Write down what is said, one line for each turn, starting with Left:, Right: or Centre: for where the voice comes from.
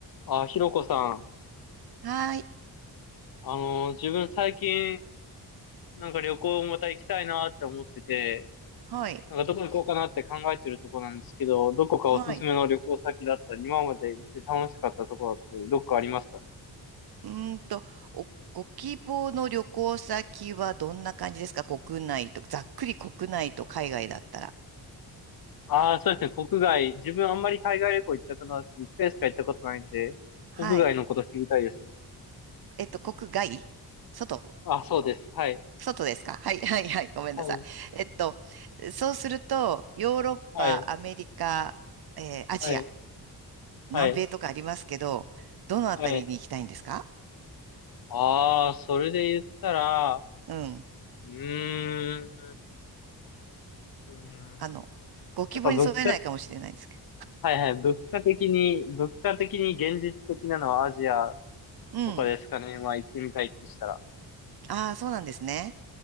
Left: あ、ひろこさん。
Right: はい、
Left: あのー自分最近、なんか旅行また行きたいなって思ってて、
Right: はい、
Left: なんかどこ行こうかなって考えてるとこなんですけど、どこかおすすめの旅行先だったり、
Right: はい。
Left: 今まで行って楽しかったとこだったり、どっかありますかね
Right: うーんと、お、ご希望の旅行先はどんな感じですか国内と、ざっくり国内と海外だったら。
Left: ああ、そうですね、国外。自分あんまり海外旅行行ったことなくて、一回しか行ったことないんで、
Right: はい。
Left: 国外のこと知りたいですね。
Right: えっと、国外外
Left: あ、そうです。はい。
Right: 外ですかはい、はい、はい。ごめんなさい。
Left: はい。
Right: えっと、そうすると、ヨーロッパ、
Left: はい。
Right: アメリカ、えーアジア、
Left: はい。
Right: 南米とかありますけど、
Left: はい。
Right: どのあたりに行きたいんですか
Left: はい。ああ、それで言ったら、
Right: うん。
Left: うーん。うーん
Right: あの、ご希望に添えないかもしれないんですけ
Left: やっぱ物価、はいはい、物価的に、物価的に現実的なのはアジア
Right: ど。うん。
Left: とかですかね。まあ行ってみたいってしたら。
Right: ああ、そうなんですね。